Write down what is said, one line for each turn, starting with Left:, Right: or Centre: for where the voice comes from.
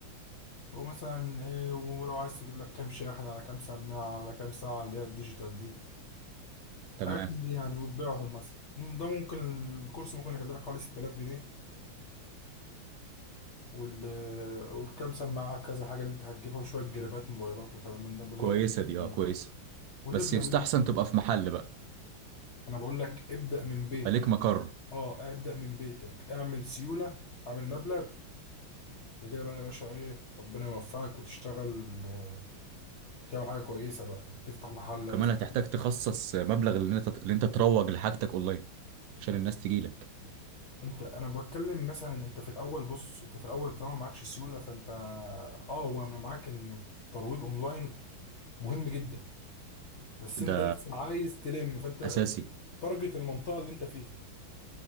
Left: ومثلا ايه ولو عايز تجيب لك كام شاحن على كام سماعة على كام ساعة اللي هي الديجيتال دي
Right: تمام
Left: حاجات من دي يعني وتبيعهم مثلا ده ممكن الكورس ممكن يكلفك حوالي 6000 جنيه وال والكام سماعة كذا حاجة اللي انت هتجيبها وشوية جرابات موبايلات وكلام من ده بالاربع
Right: كويسه دي
Left: جنيه
Right: اه كويسه
Left: وتبدأ
Right: بس يستحسن
Left: بيه
Right: تبقى في محل بقى
Left: انا بقول لك ابدأ من بيتك
Right: يبقى ليك مقر
Left: اه ابدأ من بيتك اعمل سيولة اعمل مبلغ ده كده بقى يا باشا ايه ربنا يوفقك وتشتغل آه، تعمل حاجة كويسة بقى تفتح محل
Right: كمان
Left: بس
Right: هتحتاج تخصص مبلغ اللي انت اللي انت تروج لحاجتك اونلاين عشان الناس تجيلك
Left: انت انا بتكلم مثلا انت في الاول بص انت في الاول طالما معكش سيولة فانت اه وانا معاك ان الترويج اونلاين مهم جدا بس
Right: ده
Left: انت لسه عايز تلم فانت
Right: اساسي
Left: تارجت المنطقه اللي انت فيها